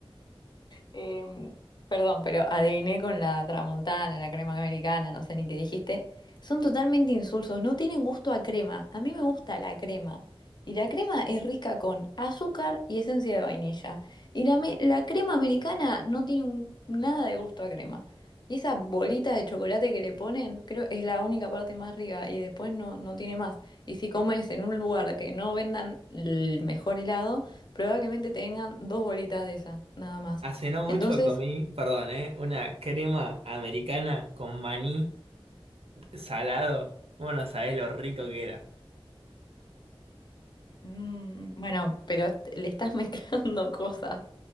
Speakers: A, on the left; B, on the right.
A: Em, perdón, pero adiviné con la tramontana, la crema americana, no sé ni qué dijiste. Son totalmente insulsos, no tienen gusto a crema. A mí me gusta la crema. Y la crema es rica con azúcar y esencia de vainilla. Y la, me- la crema americana no tiene un- nada de gusto a crema. Y esa bolita de chocolate que le ponen, creo es la única parte más rica y después no, no tiene más. Y si comes en un lugar que no vendan el mejor helado, probablemente te vengan dos bolitas de esa, nada más.
B: Hace no mucho
A: Entonces,
B: comí, perdón, ¿eh? Una crema americana con maní salado. Bueno, sabés lo rico que era.
A: mm, bueno, pero est- le estás <laughs> mezclando cosas,